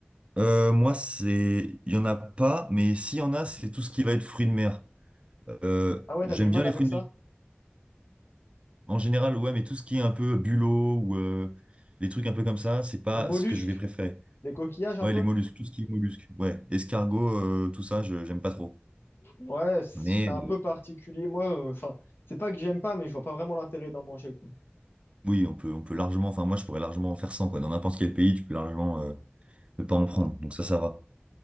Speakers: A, on the right (about 30°); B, on the left (about 65°).
A: Euh, moi, c'est, il y en a pas, mais s'il y en a, c'est tout ce qui va être fruits de mer. Euh,
B: Ah ouais,
A: j'aime
B: t'as du mal
A: bien
B: avec
A: les fruits
B: ça?
A: de mer en général, ouais, mais tout ce qui est un peu bulot ou euh, les trucs un peu comme ça, c'est pas
B: Les mollusques,
A: ce que je vais préférer.
B: les coquillages un
A: Ouais,
B: peu?
A: les mollusques, tout ce qui est mollusques, ouais, escargot, euh, tout ça, je j'aime pas trop.
B: Ouais, c'est
A: Mais
B: un
A: euh,
B: peu particulier. Moi, euh, enfin, c'est pas que j'aime pas, mais je vois pas vraiment l'intérêt d'en manger, quoi.
A: Oui, on peut, on peut largement, enfin moi je pourrais largement en faire cent. quoi. Dans n'importe quel pays, tu peux largement euh, ne pas en prendre. Donc ça, ça va.